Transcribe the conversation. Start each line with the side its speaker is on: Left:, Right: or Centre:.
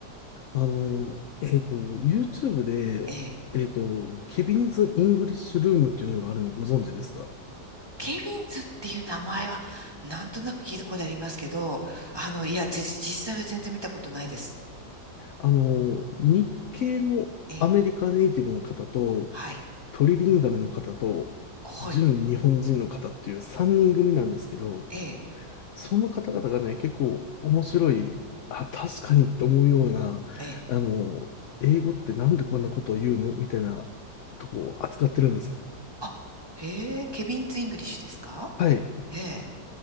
Left: あの、えっと、YouTube で、
Right: ええ。
Left: えっと、ケビンズ・イングリッシュルームっていうのがあるのご存知ですか
Right: ケビンズっていう名前は、なんとなく聞いたことありますけど、あの、いや、じ実際は全然見たことないです。
Left: あの、日系のアメリカネイティブの方と、
Right: ええ、はい、
Left: トリリンガルの方と、
Right: はい、
Left: 純日本人の方っていう3人組なんですけど、
Right: ええ、
Left: その方々がね、結構面白い、あ、確かにって思うような、
Right: ええ。
Left: あの、英語ってなんでこんなことを言うのみたいなとこを扱ってるんですよ。
Right: あ、へえ、ケビンズ・イングリッシュですか
Left: はい。
Right: ええ、